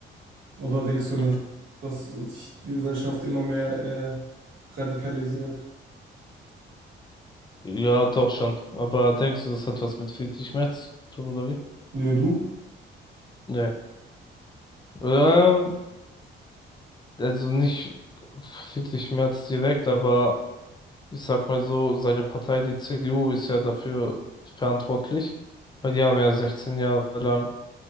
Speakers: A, on the right (about 70°); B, on the left (about 20°).
A: Oder denkst du nicht,
B: Hm.
A: dass sich die Gesellschaft immer mehr äh, radikalisiert?
B: Ja, doch schon. Aber denkst du, das hat was mit Friedrich Merz zu tun, oder wie?
A: Nö, du?
B: Nee. ja also nicht 40 März direkt, aber ich sag mal so, seine Partei, die CDU, ist ja dafür verantwortlich, weil die haben ja 16 Jahre lang